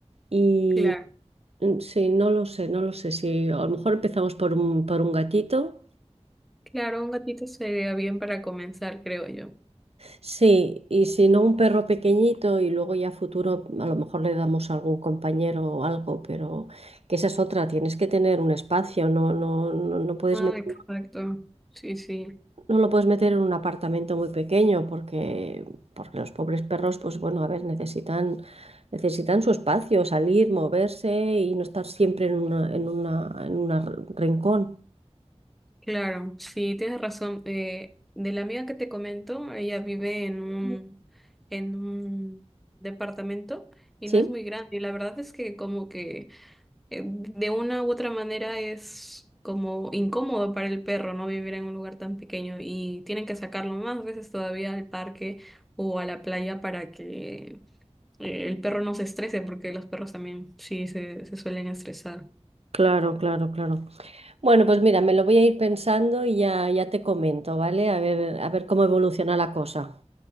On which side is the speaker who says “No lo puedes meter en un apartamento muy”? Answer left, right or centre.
Right